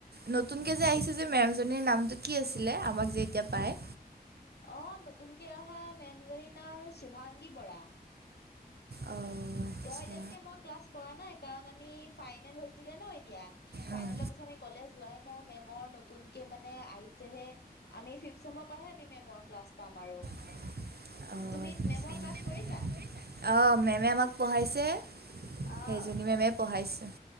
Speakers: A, on the right (about 75°); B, on the left (about 85°).
A: নতুনকৈ যে আহিছে যে, মেমজনীৰ নামটো কি আছিলে? আমাক যে এতিয়া পায়।
B: অ', নতুনকে অহা মেমজনীৰ নাম, শুভাংগী বৰা।
A: অঁ
B: তেওঁ
A: আচ্ছা
B: এতিয়ালৈকে মই ক্লাছ কৰা নাই। কাৰণ, আমি ফাইনেল হৈছিলে ন' এতিয়া।
A: উম,
B: ফাইনেলৰ
A: অঁ
B: পিছত আমি কলেজ যোৱাই নাই। মেমৰ নতুন কে মানে আহিছেহে। আমি ফিফ্ট চেমৰ পৰাহে, আমি মেমৰ ক্লাছ পাম আৰু।
A: <inaudible>
B: তুমি
A: আচ্ছা
B: মেমৰ ক্লাছ কৰিছা?
A: অঁ, মেমে আমাক পঢ়াইছে। সেইজনী
B: অ'।
A: মেমে পঢ়াইছে।